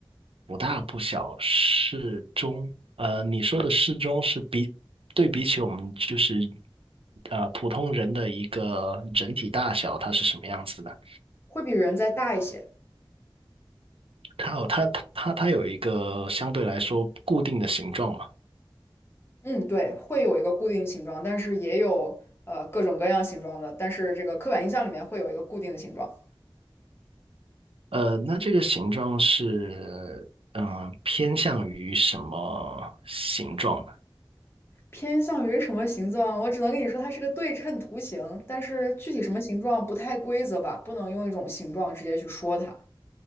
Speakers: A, on the right; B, on the left.
A: 不大不小，适中。呃，你说的适中是比对比起我们就是呃普通人的一个整体大小，它是什么样子的？
B: 会比人再大一些。
A: 它有它它它它有一个相对来说固定的形状嘛？
B: 嗯，对，会有一个固定形状，但是也有呃各种各样形状的，但是这个刻板印象里面会有一个固定的形状，
A: 呃，那这个形状是嗯、呃偏向于什么形状呢？
B: 偏向于什么形状？我只能跟你说它是个对称图形，但是具体什么形状不太规则吧，不能用一种形状直接去说它。